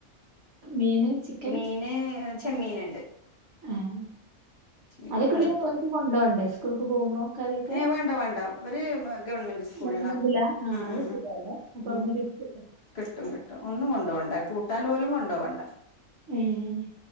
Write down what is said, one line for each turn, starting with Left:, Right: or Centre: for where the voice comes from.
Right: മീന് ചിക്കൻ
Left: മീന് ചെമ്മീന്ണ്ട്
Right: ഏഹ്
Left: ചെമ്മീൻ
Right: അതൊക്കെ
Left: വെള്ളത്തി
Right: പിന്നെ ഓൽക്ക് കൊണ്ടോണ്ടേ സ്കൂൾക്ക് പോകുമ്പം കറിയൊക്കെ
Left: ഏ വേണ്ട വേണ്ട ഇവര് ഗവൺമെന്റ് സ്കൂളിലാ
Right: ഗവൺമെന്റ്ലാ ആഹ്
Left: ഉം
Right: അഹ്
Left: ഉം
Right: ശരിയാല്ലേ
Left: ഉം
Right: അപ്പൊ
Left: ഉം
Right: അവിട്ന്ന് കി ട്ടുല്ലേ
Left: കിട്ടും കിട്ടും ഒന്നും കൊണ്ടോണ്ട കൂട്ടാൻ പോലും കൊണ്ടോ വണ്ട
Right: ഏഹ്